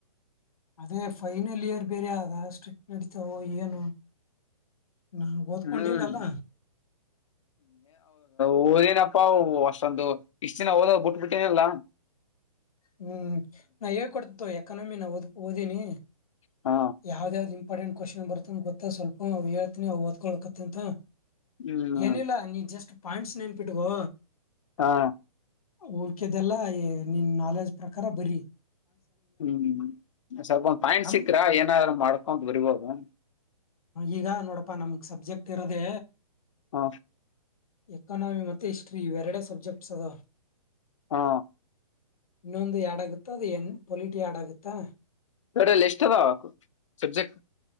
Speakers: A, on the left (about 65°); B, on the left (about 55°).
A: ಅದೇ ಫೈನಲ್ ಇಯರ್ ಬೇರೆ ಅದ ಸ್ಟ್ರಿಕ್ ನಡತಾವ ಏನು? ನಾನು ಓದ್ಕೊಂಡಿಲ್ಲಲ್ಲ
B: ಹ್ಮ್ ಓದಿನ ಪಾವು ಅಷ್ಟೊಂದು ಇಷ್ಟ್ ದಿನ ಓದ್ ಬಿಟ್ಬಿಟ್ಟೇನಲ್ಲ,
A: ಹ್ಮ್ ನಾ ಹೇ ಕೊಡ್ತವ ಎಕನಮಿ ನಾವುದು ಒ ಓದ ನೀ
B: ಹ
A: ಯಾವ್ದ ಯಾವ್ದ ಇಂಪಾರ್ಟೆಂಟ್ ಕ್ವಶನ್ ಬರ್ತ್ತತಂತ ಗೊಾ ಸ್ವಲ್ಪ ಅವವು ಹೇಳ್ತಿನಿ ಅವು ಒದ್ಕಳ್ೋಕತ್ತ ಅಂತ
B: ಹ್ಮ್
A: ಎನಿಲ್ಲಾ ನೀ ಜಸ್ಟ್ ಪಾಯಿಂಟ್ಸ್ ನೆನಪ ಇಟಕೋ
B: ಹಾ
A: ಉಲ್ಕದೆಲ್ಲ ನಿನ್ ನಾಲೆಜ್ ಪ್ರಕಾರ ಬರೀ
B: ಹ್ಮ್ ಸ್ವಲ್ಪ ಒಂದ ಪಾಯಿಂ
A: ನಮ್
B: ಸಿಿಕ್ರಾ ಏನಾದ ಮಾಡ್ಕೊಂತ ಬರ್ಬೋದು
A: ಈಗ ನೋಡಪ್ಪಾ ನಮಗ್ ಸಬ್ಜೆಕ್ಟ್ ಇರದೆೇ
B: ಹ
A: ಎಕನಮಿ ಮತ್ತು ಹಿಸ್ಟ್ರಿ ಇವೆರಡೆ ಸಬ್ಜೆಕ್ಟ್ಸ್ ಅದಾವ
B: ಹಾ
A: ಇನ್ನೊಂದು ಯಡಾಗುತ್ತಾ ಅದು ನ್ ಪೊಲಿಿಟ ಯಾಡಗುತ್ತಾ,
B: ಡ ಲಿಸ್ಟ್ ಹದೆ ಸಬ್ಜೆಕ್ಟ್